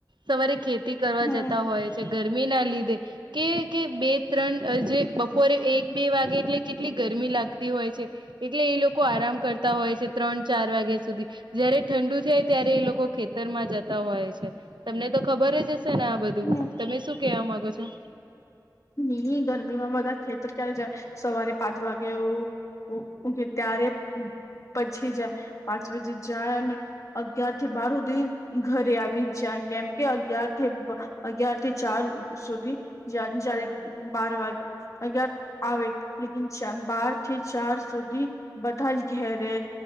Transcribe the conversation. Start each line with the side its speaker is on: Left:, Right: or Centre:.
Right: સવારે ખેતી કરવા
Left: હમ
Right: જતા હોય છે, ગરમીના લીધે. કે કે, બે-ત્રણ જે બપોરે, એક-બે વાગે, એટલે કેટલી ગરમી લાગતી હોય છે. એટલે એ લોકો આરામ કરતા હોય છે, ત્રણ-ચાર વાગ્યા સુધી. જયારે ઠંડુ થાય, ત્યારે એ લોકો ખેતરમાં જતા હોય છે, તમને તો ખબર જ હશે ને આ બધું.
Left: હમ
Right: તમે શું કેવા માંગો છો?
Left: હ, હ, ગરમીમાં બધા ખેતર ક્યારે જાય, સવારે પાંચ વાગી એ. ઉઠે કે, ત્યારે પછી જાય, પાંચ વાજે જાય, અને અગયાર થી બાર સુધી ઘરે આવી જ જાય, કેમ કે અગિયાર થી. અગિયાર થી ચાર સુધી જારે બાર વાગે. આવે, લેકીન બાર થી ચાર સુધી. બધા જ ઘેરે